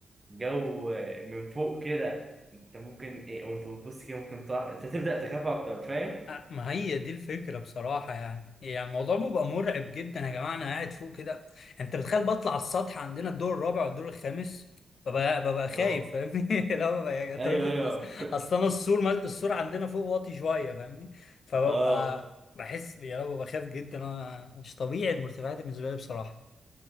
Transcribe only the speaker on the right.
الجو من فوق كده انت ممكن ايه وانت بتبص كده ممكن تقع انت تبدا تخاف اكتر فاهم
اه
ايوه
ايوه
<laughs>
اه